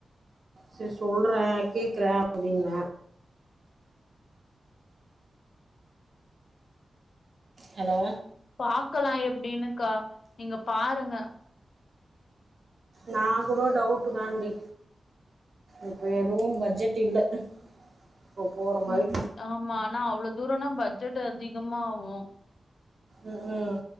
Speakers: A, on the right; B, on the left.
A: சேர் சொல்றே கேக்குறே அப்டின்ன ஹலோ
B: பாக்கலா எப்டின்னுக்கா நீங்க பாருங்க
A: நா கூட டவுட் தான் டி இப்ப எதுவும் பட்ஜெட் இல்ல இப்போ போற மாறி
B: ம் ஆமா ஆனா அவ்ளோ தூரோன்னா பட்ஜெட் அதிகமா ஆவும்
A: ம் ம்